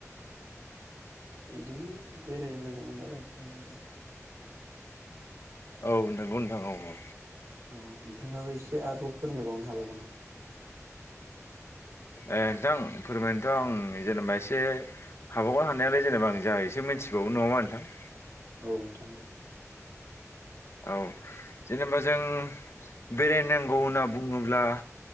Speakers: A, on the right; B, on the left.
A: <inaudible> बिदि बे जेरै मोजां मोनो आरो <unintelligible>
B: औ नोंगौ नोंथां औ औ।
A: औ नोंथाङाबो एसे आरोबाव फोरमायबावनो हाबावगोन नामा?
B: ए नोंथां फोरमायनोथ' आं जेनेबा एसे हाबावगोन हानायालाय जेनेबा आं जा एसे मिथिबावौ नङामा नोंथां?
A: औ नोंथां औ।
B: औ जेनेबा जों बेरायनांगौ होनना बुङोब्ला